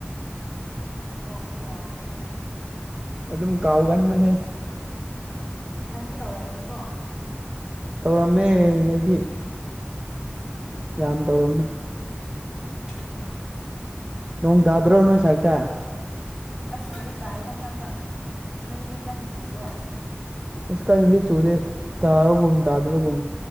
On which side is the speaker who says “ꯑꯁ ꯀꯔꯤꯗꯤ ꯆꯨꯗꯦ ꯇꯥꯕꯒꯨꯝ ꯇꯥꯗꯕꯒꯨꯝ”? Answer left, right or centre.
Right